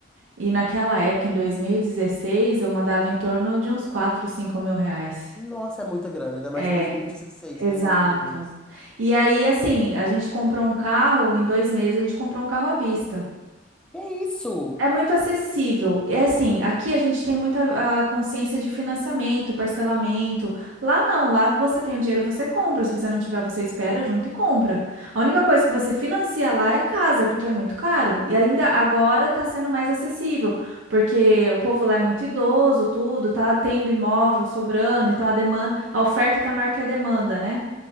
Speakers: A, on the right; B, in the centre.
A: E naquela época, em 2016, eu mandava em torno de uns 4, 5 mil reais.
B: Nossa, é muita grana, ainda mais
A: É,
B: em 2016,
A: exato.
B: né? Meu Deus.
A: E aí, assim, a gente comprou um carro, em dois meses a gente comprou um carro à vista.
B: Que isso?
A: É muito acessível. É assim, aqui a gente tem muita a consciência de financiamento, parcelamento. Lá não, lá você tem o dinheiro, você compra. Se você não tiver, você espera junto e compra. A única coisa que você financia lá é casa, porque é muito caro. E ainda agora tá sendo mais acessível, porque o povo lá é muito idoso, tudo, tá tendo imóvel sobrando, então a demanda, a oferta tá maior que a demanda, né?